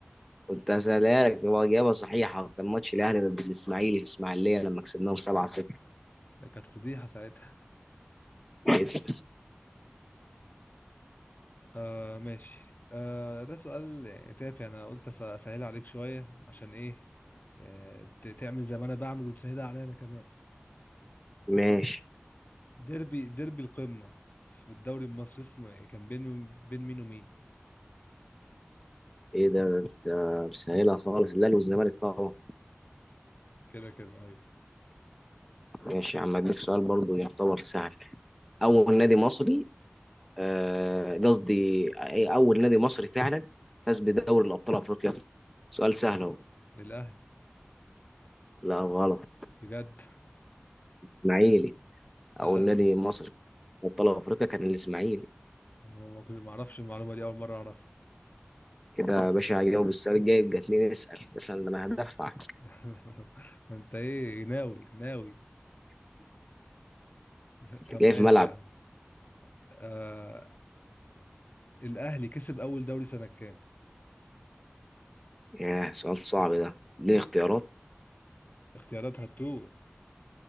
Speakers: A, in the centre; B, on the left.
A: كنت هسألها لك هو اجابه صحيحه كان ماتش الاهلي ضد الاسماعيلي في اسماعيليه لما كسبناهم 7-0
B: ده كانت فضيحة ساعتها
A: ماشي
B: <laughs> آه ماشي آه ده سؤال يعني تافه انا قلت أس- اسهل عليك شوية عشان ايه آه، ت- تعمل زي ما انا بعمل وتسهلها عليا انا كمان
A: ماشي.
B: ديربي ديربي القمة في الدوري المصري اسمه يعني كان بين بين مين ومين
A: ايه ده انت مسهلها خالص الاهلي والزمالك طبعا
B: كده كده ايوه
A: ماشي يا عم اديك سؤال برضو يعتبر سهل اول نادي مصري آه، قصدي أي- اول نادي مصري فعلا فاز بدوري الابطال افريقيا سؤال سهل اهو
B: للاهلي
A: لا غلط
B: بجد
A: الاسماعيلي اول
B: أنا-
A: نادي مصري في ابطال افريقيا كان الاسماعيلي
B: هو ما كنت- ما اعرفش المعلومه دي اول مره اعرفها
A: كده يا باشا هجاوب السؤال الجاي يبقى اتنين اسأل مثلا ده انا هدفعك
B: <laughs> انت ايه ناوي ناوي <laughs> طب
A: جاي
B: ماشي
A: في ملعب
B: يا عم آه... الاهلي كسب اول دوري سنه كام
A: ياه سؤال صعب ده اديني اختيارات
B: اختيارات هتوه